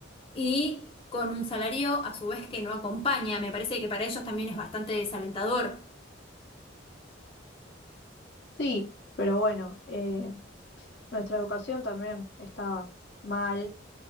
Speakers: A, on the left; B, on the left.
A: y con un salario a su vez que no acompaña. Me parece que para ellos también es bastante desalentador.
B: Sí, pero bueno, eh, nuestra educación también está mal.